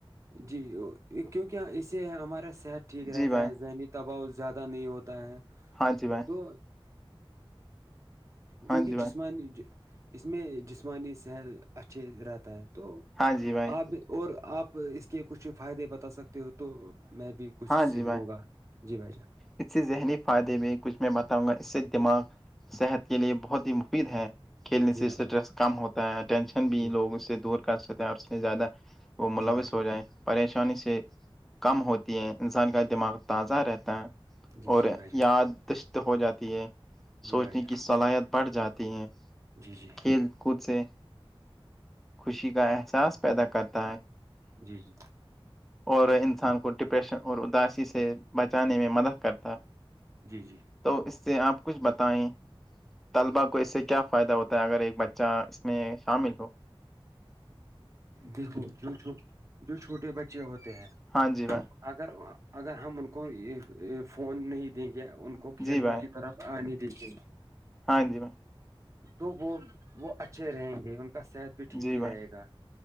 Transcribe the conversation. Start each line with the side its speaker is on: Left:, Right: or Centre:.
Right: جی کیونکہ اس سے ہمارا صحت ٹھیک
Centre: جی
Right: رہتا
Centre: بھائی
Right: ہے ذہنی دباؤ زیادہ نہیں ہوتا ہے
Centre: ہاں جی بھائی
Right: تو
Centre: <unintelligible>
Right: کیونکہ
Centre: ہاں جی بھائی
Right: جسمانی اس میں جسمانی صحت اچھے رہتا ہے تو
Centre: ہاں جی بھائی
Right: آپ اور آپ اس کے کچھ فائدے بتا سکتے ہو تو میں بھی کچھ
Centre: ہاں
Right: سیکھ
Centre: جی بھائی
Right: لو گا جی بھائی جان
Centre: اس سے ذہنی فائدے میں کچھ میں بتاؤں گا اس سے دماغ صحت کے لیے بہت ہی مفید ہے کھیلنے
Right: جی
Centre: سے
Right: بھائی
Centre: اسٹریس
Right: جان
Centre: کم ہوتا ہے ٹینشن بھی
Right: جی
Centre: لوگوں سے دور کر سکتے ہیں اپ سے زیادہ وہ ملوث
Right: جی بھائی جان
Centre: ہو جائیں پریشانی سے کم ہوتی انسان کا دماغ تازہ رہتا ہے
Right: جی
Centre: اور
Right: جی بھائی جان
Centre: یادش ہو جاتی ہے
Right: جی
Centre: سوچنے
Right: بھائی جان
Centre: کی صلاحیت بڑھ جاتی ہے
Right: جی جی
Centre: کھیل کود سے خوشی کا احساس پیدا کرتا ہے
Right: جی جی
Centre: اور انسان کو ڈپریشن اور اداسی سے بچانے میں مدد کرتا ہے
Right: جی جی
Centre: تو اس سے آپ کچھ بتائیں طلبا کو اس سے کیا فائدہ ہوتا ہے اگر ایک بچہ اس میں شامل ہو
Right: دیکھو جو جو چھوٹے بچے ہوتے ہیں
Centre: ہاں جی بھائی
Right: اگر اگر ہم ان کو فون نہیں دیں گے ان کو کھیل
Centre: جی بھائی
Right: کود کی طرف ہ نہیں د <unintelligible>
Centre: ہاں جی میں
Right: تو وہ وہ اچھے رہیں گے ان کا صحت بھی ٹھیک
Centre: جی
Right: ہی
Centre: بھائی
Right: رہے گا